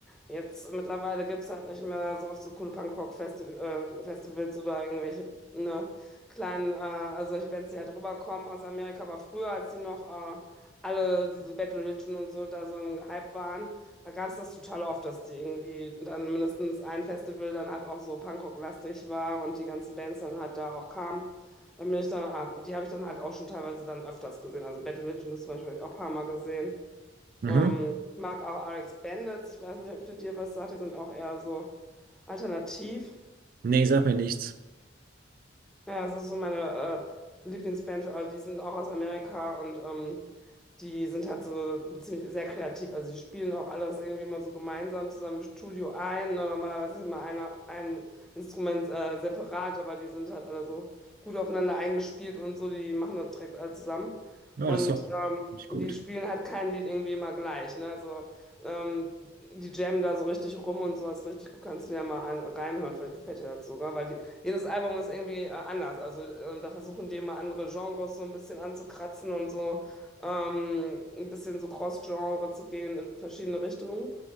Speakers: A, in the centre; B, on the right.
A: jetzt mittlerweile gibt es halt nicht mehr so oft so coole Punkrock-Festivals äh, Festivals oder irgendwelche ne, kleinen, äh, also solche Bands, die halt rüberkommen aus Amerika. Aber früher, als die noch. äh, alle diese Battle Religion und so da so im Hype waren, da gab es das total oft, dass die irgendwie dann mindestens ein Festival dann halt auch so Punkrock-lastig war und die ganzen Bands dann halt da auch kamen. Dann bin ich dann, ah, die habe ich dann halt auch schon teilweise dann öfters gesehen. Also Battle Religion ist zum Beispiel hab ich auch ein paar Mal gesehen.
B: Mhm.
A: Ähm, ich mag auch RX Bandits, ich weiß nicht, ob die dir was sagt, die sind auch eher so alternativ.
B: Nee, sag mir nichts.
A: Ja, das ist so meine äh, Lieblingsband, äh, die sind auch aus Amerika und ähm, die sind halt so ziemlich sehr kreativ. Also die spielen auch alles irgendwie mal so gemeinsam zusammen im Studio ein. Ne? Normalerweise ist immer einer, ein Instrument äh, separat, aber die sind halt alle so gut aufeinander eingespielt und so, die machen das direkt alle zusammen.
B: Ja,
A: Und
B: das ist doch
A: ähm,
B: nicht gut.
A: die spielen halt kein Lied irgendwie immer gleich. Ne? Also ähm, die jammen da so richtig rum und sowas richtig gut. Kannst du dir ja mal an, reinhören, vielleicht gefällt dir das sogar, weil die jedes Album ist irgendwie äh, anders. Also äh, da versuchen die immer andere Genres so ein bisschen anzukratzen und so ähm, ein bisschen so Cross-Genre zu gehen in verschiedene Richtungen.